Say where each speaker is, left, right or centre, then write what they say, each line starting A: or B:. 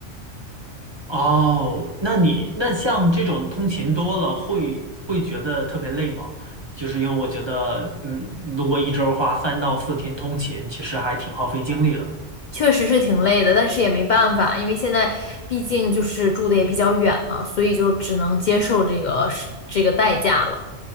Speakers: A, on the right; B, on the left.
A: 哦，那你那像这种通勤多了会会觉得特别累吗？就是因为我觉得，嗯，如果一周花三到四天通勤，其实还挺耗费精力的。
B: 确实是挺累的，但是也没办法，因为现在毕竟就是住的也比较远嘛，所以就只能接受这个是这个代价了。